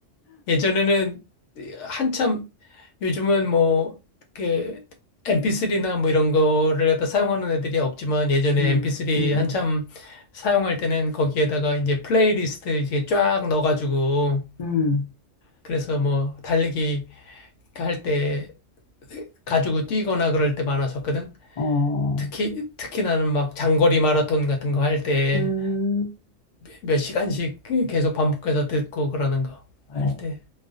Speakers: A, on the left; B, on the left.
A: 예전에는 한참 요즘은 뭐, 그, MP3나 뭐 이런 거를 갖다 사용하는 애들이 없지만 예전에
B: 음,
A: MP3
B: 음,
A: 한참 사용할 때는 거기에다가 이제 플레이리스트 이제 쫙 넣어가지고
B: 음,
A: 그래서 뭐 달리기 할 때 가지고 뛰거나 그럴 때 많았었거든.
B: 어,
A: 특히, 특히 나는 막 장거리 마라톤 같은 거 할 때
B: 음,
A: 몇 시간씩 계속 반복해서 듣고 그러는 거
B: 어.
A: 할 때.